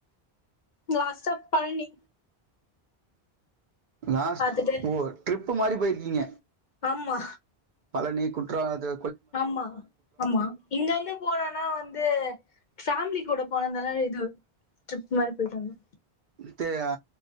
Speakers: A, on the left (about 55°); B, on the right (about 60°).
A: லாஸ்ட்டா பழனி
B: லாஸ்ட்
A: பாத்துட்டு
B: ஓ டிரிப் மாரி பொயிருக்கீங்க
A: ஆமா
B: பழனி குற்றாலத்த
A: ஆமா ஆமா இங்க வந்து போனனா வந்து ஃபேமிலி கூட போனந்தல்லா இது ட்ரிப் மாரி போயிட்டு வந்தோ
B: த்ஆ